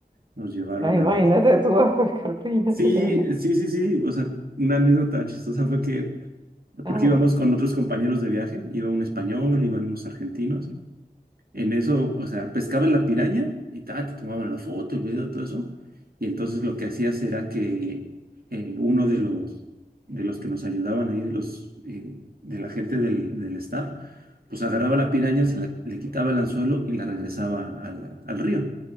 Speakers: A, on the right; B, on the right.
A: nos llevaron
B: Ay,
A: a...
B: imagínate tú vas a pescar piña
A: Sí,
B: de araña.
A: sí, sí, sí, o sea, una anécdota chistosa fue que,
B: Ajá,
A: porque íbamos con otros compañeros de viaje, iba un español, iban unos argentinos. En eso, o sea, pescaban la piraña y ta, te tomaban la foto, el video, todo eso. Y entonces lo que hacías era que eh, uno de los, de los que nos ayudaban ahí, de los, eh, de la gente del, del staff, pues agarraba la piraña, se la- le quitaba el anzuelo y la regresaba a la- al río,